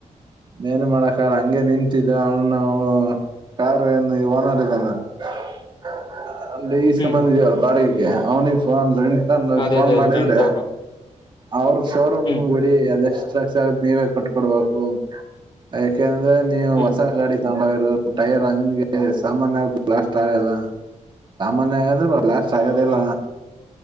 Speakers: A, on the right; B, on the left.
A: ನೀನ್ ಮಾಡಕಾರ ಹಂಗೆ ನಿಂತಿದ್ದ ಅವನು ನಾವು ಕಾರ್ <unintelligible> ಅಂದೆ ಈಸ್
B: ಹ್ಮ್
A: <unintelligible> ಬಂದ ಇದವಲ್ಲ ಬಾಡಿಗೆ ಅವ್ನಿಗೆ ಫೋನ್ ಅ್ರ ಸ ನ
B: ಅದೇ
A: ಫೋನ್
B: ಅದೇ
A: ಮಾಡಿದ್ರೆ
B: ರೆಂಟ್ ಅವರು
A: ಅವ್ರ ಶೋರೂಮ್
B: ಹ್ಮ್
A: ಬಿಳಿ ಅದೆ ಎಷ್ಟ್ರಾ ನೀವೇ ಕಟ್ಕೊಡ್ಬೇಕು ಯಾಕೆಂದ್ರ ಅದೇ ನೀವು
B: ಹ್ಮ್
A: ಹೊಸ ಗಾಡಿ ತಂಬರೋ ಟೈರ್ ಹಂಗೆ ಸಾಮಾನ್ಯವಾಗಿ ಬ್ಲಾಸ್ಟ್ ಆಗಲ್ಲ ಸಾಮಾನ್ಯ ಆಗಂದ್ರೆ ಬಾ ಲಾಸ್ಟ್ ಆಗದಿಲ್ಲ
B: ಹ